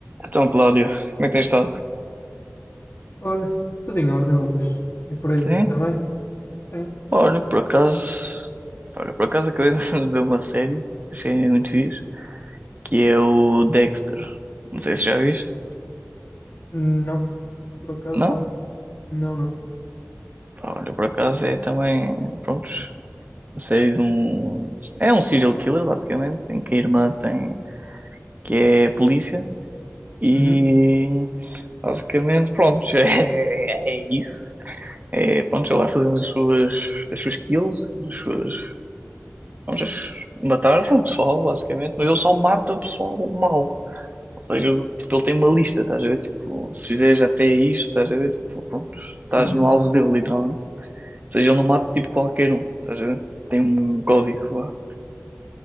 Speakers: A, on the right (about 35°); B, on the left (about 55°).
A: Então, Cláudio, como é que tens estado?
B: Olha, tudo em ordem, Lucas. E por aí,
A: Sim,
B: também? Sim.
A: olha, por acaso, olha, por acaso acabei de <laughs> ver uma série que achei muito fixe, que é o Dexter. Não sei se já viste,
B: Não. Por acaso,
A: não?
B: não. Não, não.
A: Pá, Olha, por acaso é também, pronto, a série de um. É um serial killer, basicamente, em que a irmã tem. que é polícia, e.
B: Uhum.
A: basicamente, pronto, <laughs> é, é isso. É, pronto, ela vai fazendo as suas, as suas kills, as suas Vamos matar o pessoal, basicamente, mas ele só mata o pessoal mau. Ou seja, tipo, ele tem uma lista, estás a ver? Tipo, se fizeres até isto, estás a ver? Tipo, pronto,
B: Sim.
A: estás no alvo dele, literalmente. Ou seja, ele não mata tipo qualquer um, estás a ver? Tem um código lá.